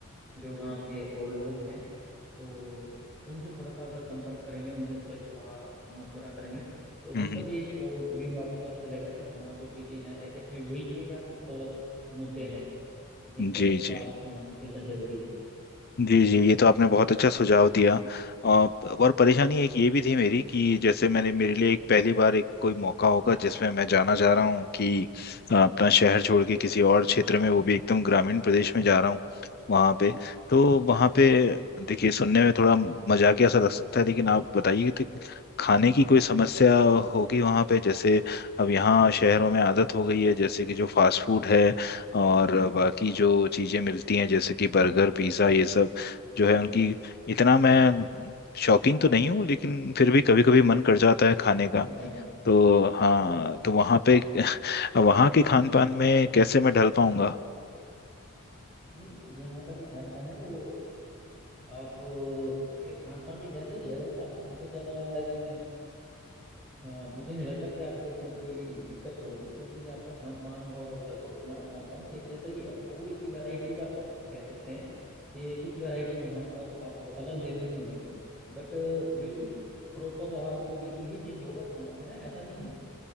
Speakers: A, in the centre; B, on the left.
A: जो गांव के और लोग हैं तो उनसे थोड़ा सा अगर संपर्क करेंगे उनसे थोड़ा सलाह मशवरा करेंगे तो
B: हम्म
A: उनका
B: हम्म,
A: भी एक और व्यू आपको पता चलेगा कि हाँ जो चीज़ें हैं एग्जैक्टली वही हैं या कुछ और मुद्दे हैं जिन पर
B: जी जी
A: बात होना कुछ ज़्यादा जरूरी है
B: जी जी ये तो आपने बहुत अच्छा सुझाव दिया अ, और परेशानी एक ये भी थी मेरी कि जैसे मैंने मेरे लिए एक पहली बार एक कोई मौका होगा जिसमें मैं जाना चाह रहा हूँ कि अ, अपना शहर छोड़ के किसी और क्षेत्र में वो भी एकदम ग्रामीण प्रदेश में जा रहा हूँ वहाँ पे तो वहाँ पे देखिए सुनने में थोड़ा मजाकिया सा लग सकता है लेकिन आप बताइए कि खाने की कोई समस्या होगी वहाँ पे जैसे अब यहाँ शहरों में आदत हो गई है जैसे कि जो फास्ट फूड है और बाकी जो चीज़ें मिलती हैं जैसे कि बर्गर पिज़्ज़ा ये सब जो है उनकी इतना मैं शौकीन तो नहीं हूँ लेकिन फिर भी कभी कभी मन कर जाता है खाने का
A: जी
B: तो हाँ तो वहाँ पे <laughs> वहाँ के खान पान में कैसे मैं ढल पाऊंगा
A: नहीं यहाँ का जो खान पान है वो अ, आप के खान पान के जैसा ही है वैसे आपको बहुत ज़्यादा इसमें अ, मुझे नहीं लगता कि आपको इसमें कोई दिक्कत होगी क्योंकि आपका खान पान और लगभग हमारा खान पान एक जैसा ही है थोड़ी सी वैरायटी का फर्क कह सकते हैं कि कुछ वैरायटी यहाँ पर आपको अलग देखने को मिलेंगी बट बिल्कुल प्रॉपर आपको बिल्कुल ही चेंज होगा खाना पीना ऐसा नहीं है